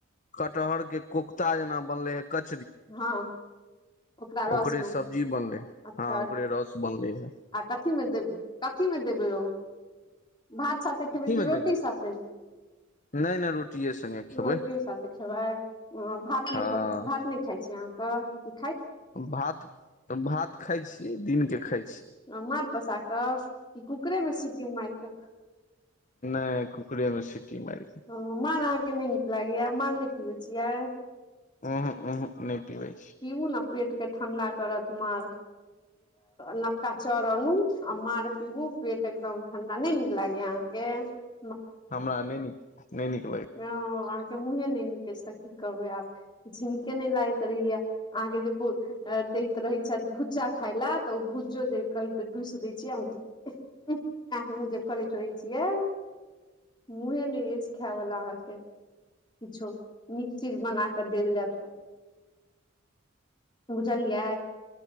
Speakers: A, on the left; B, on the left.
A: कटहर के कोख्ता जेना बनले हे क
B: हँ ओकरा
A: ओकरे
B: रस मे
A: सब्जी बनले
B: अच्छा
A: हँ ओकरे रस बनल है
B: आ कथी देबय कथी देबय भात साथे खेबै
A: कथी
B: के
A: मे
B: रोटी
A: देबै
B: साथे
A: नहि नहि रोटिए सङ्गे खेबै
B: रोटी साठे खेबइ भात नहि
A: हँ
B: प भात न खाय छी अहाँ हँ
A: भात भात खाइ छियै दिनके खाय
B: अ मार पसा कऽ कि कुकरे मे सिटी मार कऽ
A: नै कुकुरे मे सिटी मार
B: ओ मांर आहाँके नहि निक लागय या मांर न न छियै
A: उहु उहु नहि पीबै छी
B: पिउ ने पेट के ठण्डा करत मार नवका चाउर अनू आ मार पीबू पेट एकदम ठं्डा नहि नीक लागेया अहाँके <unintelligible>
A: हमरा नैय नीक नैय नीक लगै
B: ह अहाँ के मुंहे नहि निक तऽ की कहबे आब कि झ नीके नहि लागैत रहहिया अहाँके जे अ दैत रहैत छथि भुज्जा खाय लए तऽ ओ भुज्जो जे कहैते दुूस दै छियै आ जे करैत रहै छी ए मुह ने य खायवला अहाँके किछो नीक चीज बना कऽ देल जायत तऽ भुझलिय